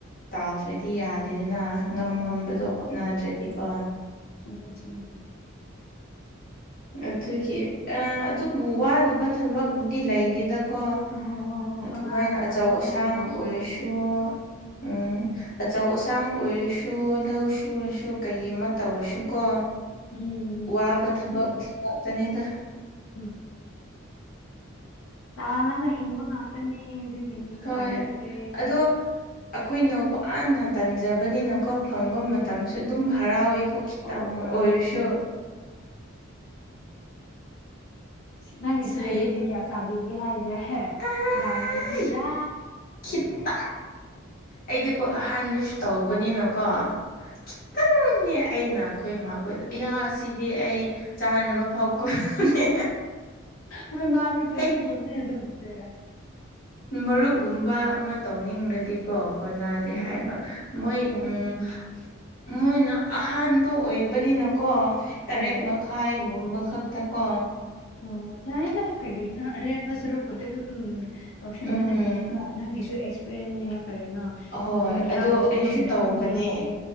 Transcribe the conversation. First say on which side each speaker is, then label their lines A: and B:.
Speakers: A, on the left; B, on the left.
A: ꯇꯥꯜꯗ꯭ꯔꯗꯤ ꯌꯥꯗꯦꯗꯅ ꯉꯝ
B: ꯍꯣꯏ
A: ꯉꯝꯕꯗꯣ ꯍꯣꯠꯅꯗ꯭ꯔꯗꯤꯀꯣ꯫
B: ꯎꯝ, ꯆꯨꯝꯃꯤ ꯆꯨꯝꯃꯤ ꯎꯝ꯫
A: ꯑꯗꯨꯒꯤ ꯑꯥ ꯑꯗꯨꯕꯨ ꯋꯥꯗꯕ ꯊꯕꯛꯕꯨꯗꯤ ꯂꯩꯇꯦꯗ ꯀꯣ
B: ꯍꯣꯏ ꯍꯣꯏ ꯍꯣꯏ
A: ꯑꯗꯨꯃꯥꯏꯅ
B: ꯍꯣꯠꯅꯔꯒ
A: ꯑꯆꯧ
B: ꯂꯣꯏ
A: ꯑꯁꯥꯡ
B: ꯇꯧꯕ
A: ꯑꯣꯏꯔꯁꯨ
B: ꯉꯥꯛꯇꯅꯤ
A: ꯎꯝ ꯑꯆꯧ ꯑꯁꯥꯡ ꯑꯣꯏꯔꯁꯨ ꯂꯧ ꯁꯨꯔꯁꯨ ꯀꯔꯤ ꯑꯃ ꯇꯧꯔꯁꯨꯀꯣ꯫
B: ꯎꯝ
A: ꯋꯥꯕ
B: ꯃꯥꯅꯦ
A: ꯊꯕꯛ
B: ꯃꯥꯅꯦ
A: ꯉꯥꯛꯇꯅꯤꯗ
B: ꯎꯝ ꯇꯥꯜꯂꯒ ꯍꯤꯡꯕ ꯉꯥꯛꯇꯅꯦ ꯑꯗꯨꯒꯤꯅꯦ
A: ꯍꯣꯏ
B: ꯎꯄꯥꯏ ꯂꯩꯇ꯭ꯔꯦ
A: ꯑꯗꯣ ꯑꯩꯈꯣꯏꯅ ꯋꯥꯅ ꯇꯥꯟꯖꯕꯅꯤꯅꯀꯣ ꯐꯪꯕ
B: ꯍꯣꯏ
A: ꯃꯇꯝꯁꯨ ꯑꯗꯨꯝ ꯍꯔꯥꯎꯋꯦꯀꯣ ꯈꯤꯠꯇꯪ
B: ꯍꯣꯏ ꯍꯣꯏ
A: ꯑꯣꯏꯔꯁꯨ
B: ꯃꯥꯅꯦ ꯅꯪꯒꯤ ꯁꯦꯂꯦꯔꯤꯗꯤ
A: ꯍꯌꯦꯡ
B: ꯀꯌꯥ ꯁꯥꯕꯤꯒꯦ ꯍꯥꯏꯖꯦ
A: ꯑꯩ
B: ꯌꯥꯃꯝꯅꯤꯗ
A: ꯈꯤꯇꯪꯅꯦ ꯑꯩꯗꯤꯀꯣ ꯑꯍꯥꯟꯕꯁꯨ ꯇꯧꯕꯅꯤꯅꯀꯣ ꯈꯤꯠꯇꯪꯗꯤ ꯑꯩꯅ ꯑꯩꯈꯣꯏ ꯏꯃꯥꯈꯣꯏꯗ ꯏꯌꯥ ꯑꯁꯤꯗꯤ ꯑꯩ ꯆꯥꯅꯕ ꯐꯥꯎ ꯀꯣꯟꯅꯗꯦ
B: ꯍꯣꯏ ꯃꯥꯅꯤ ꯆꯨꯝꯃꯤ
A: ꯑꯩ
B: ꯆꯨꯝꯃꯤ ꯑꯗꯨꯝꯗꯤ
A: ꯃꯔꯨꯞꯒꯨꯝꯕ ꯑꯃꯥ ꯇꯧꯅꯤꯡꯂꯗꯤꯀꯣ ꯀꯣꯟꯅꯗꯦ
B: ꯎꯝ
A: ꯍꯥꯏꯕ ꯃꯣꯏ
B: ꯍꯣꯏ
A: ꯎꯝ
B: ꯑꯗꯨꯅ
A: ꯃꯣꯏꯅ ꯑꯍꯥꯟꯕ ꯑꯣꯏꯕꯅꯤꯅꯀꯣ ꯇꯔꯦꯠ
B: ꯑꯣ
A: ꯃꯈꯥꯏꯒꯨꯝꯕ ꯈꯛꯇꯀꯣ
B: ꯑꯣ ꯌꯥꯔꯦꯗ ꯀꯔꯤꯅꯣ ꯑꯔꯦꯝꯕ ꯁꯔꯨꯛ ꯗꯨ ꯑꯗꯨꯝ ꯇꯧꯁꯤꯟꯕꯅꯦ
A: ꯎꯝ
B: ꯐꯩꯌꯦꯕ ꯅꯪꯒꯤꯁꯨ ꯑꯦꯛꯁꯄꯔꯦꯟꯅꯦ ꯀꯔꯤꯅꯣ
A: ꯑꯍꯣꯏ
B: ꯑꯗꯨꯝ
A: ꯑꯗꯣ
B: ꯌꯥꯝꯅꯁꯨ
A: ꯑꯩꯁꯨ
B: ꯅꯪꯕꯨ
A: ꯇꯧꯕꯅꯦ
B: ꯈꯪꯕꯤꯔꯦ